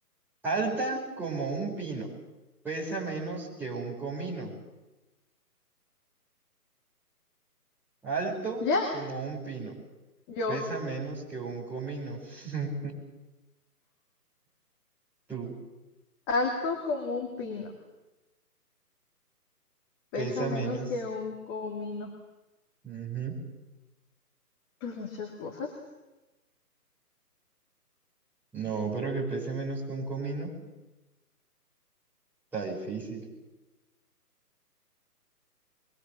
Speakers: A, in the centre; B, on the left (about 15°).
A: alta como un pino, pesa menos que un comino. Alto
B: Ya,
A: como un pino,
B: yo,
A: pesa menos que un comino. <laughs> Tú,
B: alto como un pino,
A: pesa
B: pesa menos
A: menos.
B: que un comino.
A: Ujú.
B: Pues muchas cosas.
A: No, pero que pese menos que un comino, está difícil.